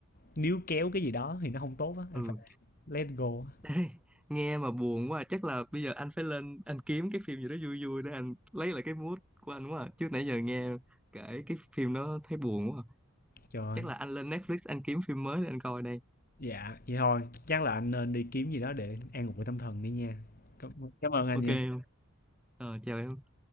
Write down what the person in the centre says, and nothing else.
ừ
Ê, nghe mà buồn quá à. chắc là bây giờ anh phải lên anh kiếm cái phim gì đó vui vui để anh lấy lại cái mood của anh quá à. chứ nãy giờ nghe kể cái phim đó thấy buồn quá à.
chắc là anh lên Netflix anh kiếm phim mới để anh coi đây
ok
không? ờ chào em